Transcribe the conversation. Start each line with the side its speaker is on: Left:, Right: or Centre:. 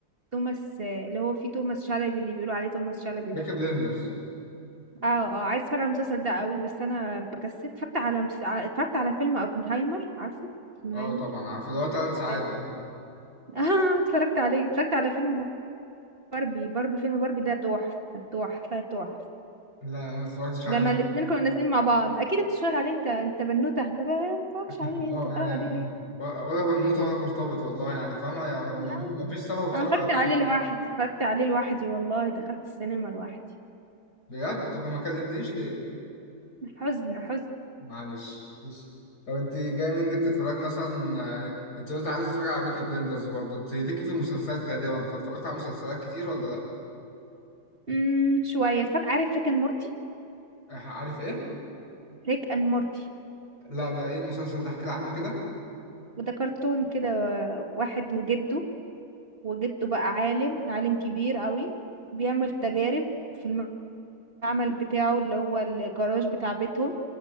Right: توماس آه، اللي هو فيه توماس شلبي اللي بيقولوا عليه توماس شلبي
Left: بيكي
Right: ده
Left: بليندرز
Right: اه اه عايز اتفرج على المسلسل ده قوي بس انا بكسل اتفرجت على مسلسل... اتفرجت على فيلم اوبنهايمر عارفه اوبنهايمر
Left: اه طبعا عارفه اللي هو ثلاث ساعات
Right: أنا-
Left: ده
Right: <laughs> اه اتفرجت عليه اتفرجت على فيلم باربي باربي فيلم باربي ده تحفة تحفة تحفة
Left: لا انا ما اتفرجتش عليه
Right: لما
Left: من-
Right: الاتنين كانوا نازلين مع بعض اكيد انت اتفرج عليه انت انت بنوتة انت ما اتفرجش
Left: <laughs>
Right: عليه انت
Left: اه
Right: اتفرج
Left: يعني
Right: عليه ليه
Left: و- ولا بنوته ولا مرتبط والله يعني فاهمه يعني ما ما-
Right: انا
Left: ما فيش سبب اتفرج
Right: أنا اتفرجت
Left: على الفيلم
Right: عليه لوحدي
Left: ده
Right: اتفرجت عليه لوحدي والله دخلت السينما لوحدي
Left: بجد طب ما كلمتنيش ليه
Right: حزن حزن
Left: معلش معلش لو انت جاي منك تتفرجي مثلا آه، انت قلت عايز تتفرجي على بيكي بلندرز برضو انت ليكي في المسلسلات غالبا فاتفرجت على مسلسلات كتير ولا لا
Right: امم شوية اتفرجت عارف ريك اند مورتي
Left: آه، عارف ايه
Right: ريك اند مورتي
Left: لا ده ايه المسلسل ده احكي لي عنه كده
Right: وده كرتون كده و- واحد وجده وجده بقى عالم عالم كبير قوي بيعمل تجارب في المعمل بتاعه اللي هو الجراج بتاع بيتهم